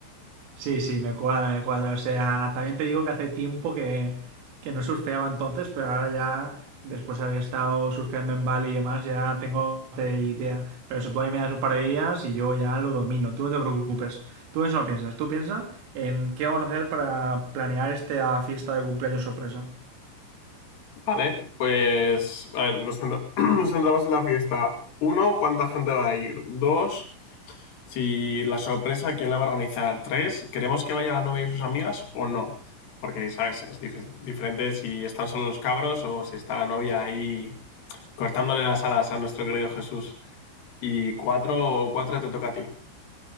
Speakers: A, on the right; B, on the left.
A: Sí, sí, me cuadra, me cuadra. O sea, también te digo que hace tiempo que, que no surfeaba entonces, pero ahora ya, después de haber estado surfeando en Bali y demás, ya tengo bastante idea. Pero eso tú ahí me das un par de días y yo ya lo domino. Tú no te preocupes. Tú en eso no piensas. Tú piensa en qué vamos a hacer para planear esta fiesta de cumpleaños sorpresa.
B: Vale, pues, a ver, nos, centra- <clears throat> nos centramos en la fiesta. Uno, ¿cuánta gente va a ir? Dos, Si la sorpresa, ¿quién la va a organizar? ¿Tres? ¿Queremos que vaya la novia y sus amigas o no? Porque, ¿sabes? Es dif- diferente si están solo los cabros o si está la novia ahí cortándole las alas a nuestro querido Jesús. Y cuatro, o cuatro te toca a ti.